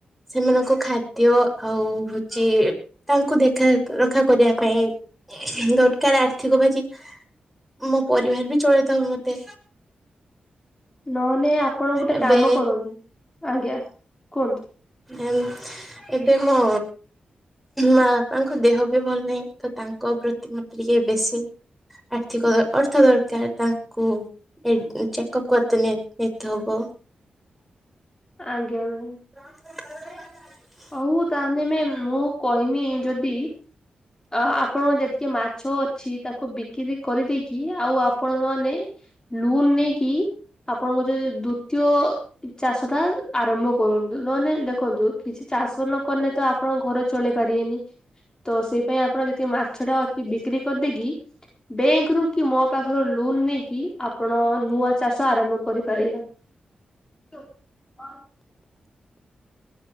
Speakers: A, in the centre; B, on the left (about 20°).
A: ସେମାନଙ୍କ ଖାଦ୍ୟ ଆଉ ହେଉଚି ତାଙ୍କୁ ଦେଖା ରଖା କରିବା ପାଇଁ ଦରକାର୍ ଆର୍ଥିକ ବାକି ମୋ ପରିବାର ବି ଚଳେଇ ଦବ ମତେ।
B: ନହଲେ ଆପଣ ଗୋଟେ
A: ଏବେ
B: କାମ କରନ୍ତୁ। କୁହନ୍ତୁ
A: ଏମ୍ -ଏବେ ମ ମା ବାପାଙ୍କ ଦେହ ବି ଭଲ ନାହିଁ ତ ତାଙ୍କ ପ୍ରତି ମତେ ଟିକେ ବେଶୀ ଆର୍ଥିକ ଅର୍ଥ ଦରକାର୍ ତାଙ୍କୁ ଚେକଅପ୍ କରିତେନେ ନେଇତେ ହବ।
B: ଆଜ୍ଞା ମ୍ୟାମ୍।
A: କ
B: ହଉ ତାହେଲେ ମେ-ମୁଁ କହିମି ଯଦି ଅ- ଆପଣଙ୍କ ଯେତିକି ମାଛ ଅଛି ତାକୁ ବିକିରି କରିଦେଇକି ଆଉ ଆ ଆପଣ ନହଲେ ଲୁନ୍ ନେଇକି ଆପଣଙ୍କ ଯ -ଯଉ ଦ୍ଵିତୀୟ ଚାଷ ଟା ଆରମ୍ଭ କରନ୍ତୁ ନହେଲେ ଦେଖନ୍ତୁ କିଛି ଚାଷ ନକଲେ ତ ଆପଣଙ୍କ ଘର ଚଳେଇ ପାରିବେନି ତ ସେଇ ପାଇଁ ଆପଣ ଯେତିକି ମାଛ ଟା ଅଛି ବିକ୍ରି କରିଦେଇକି ବ୍ୟାଙ୍କ୍ ରୁ କି ମୋ ପାଖରୁ ଲୋନ୍ ନେଇକି ଆପଣ ନୂଆ ଚାଷ ଆରମ୍ଭ କରିପାରିବେ। ତ ହ